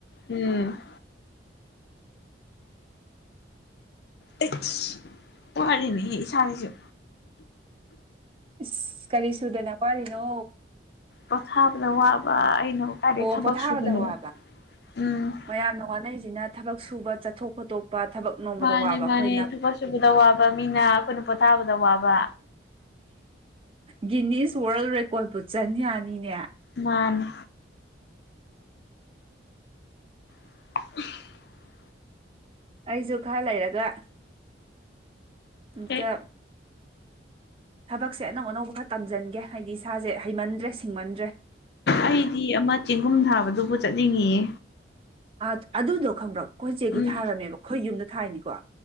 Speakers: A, on the left; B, on the right.
A: ꯎꯝ <unintelligible> ꯋꯥꯔꯤꯅꯦ ꯏꯁꯥꯖꯤꯖꯨ
B: ꯏꯁ ꯀꯔꯤ ꯁꯨꯗꯅ ꯋꯥꯔꯤꯅꯣ
A: ꯄꯣꯊꯥꯕꯗ ꯋꯥꯕ ꯑꯩꯅ ꯀꯥꯏꯗꯩ
B: ꯑꯣ
A: ꯊꯕꯛ
B: ꯄꯣꯊꯥꯕꯗ
A: ꯁꯨꯕꯅꯣ
B: ꯋꯥꯕ
A: ꯎꯝ
B: ꯃꯌꯥꯝꯅ ꯋꯥꯅꯩꯖꯤꯅ ꯊꯕꯛ ꯁꯨꯕ ꯆꯠꯊꯣꯛ <unintelligible> ꯊꯕꯛ <unintelligible>
A: ꯃꯥꯅꯦ
B: ꯑꯩꯈꯣꯏꯅ
A: ꯃꯥꯅꯦ ꯊꯕꯛ ꯁꯨꯕꯗ ꯋꯥꯕ ꯃꯤꯅ ꯑꯩꯈꯣꯏꯅ ꯄꯣꯊꯥꯕꯗ ꯋꯥꯕ
B: ꯒꯤꯅꯤꯁ ꯋꯥꯔꯜ ꯔꯦꯀꯣꯔꯠꯄꯨ ꯆꯟ ꯌꯥꯅꯤꯅꯦ
A: ꯃꯥꯅꯤ <unintelligible>
B: ꯑꯩꯖꯨ ꯈꯔ ꯂꯩꯔꯒ ꯑꯝꯇ
A: ꯑꯦ
B: ꯊꯕꯛꯁꯦ ꯑꯅꯧ ꯑꯅꯧꯕ ꯈꯔ ꯇꯝꯖꯟꯒꯦ ꯍꯥꯏꯗꯤ ꯏꯁꯥꯁꯦ ꯍꯩꯃꯟꯗ꯭ꯔꯦ ꯁꯤꯡꯃꯟꯗ꯭ꯔꯦ
A: ꯑꯩꯗꯤ ꯑꯃ ꯆꯦꯡꯒꯨꯝ ꯊꯥꯕꯗꯨꯕꯨ ꯆꯠꯅꯤꯡꯉꯤꯌꯦ
B: ꯑ ꯑꯗꯨꯗꯣ ꯈꯪꯕ꯭ꯔ ꯀꯣꯏꯆꯦꯒꯤ
A: ꯎꯝ
B: ꯊꯥꯔꯝꯃꯦꯕ ꯑꯩꯈꯣꯏ ꯌꯨꯝꯗ ꯊꯥꯏꯅꯤꯀꯣ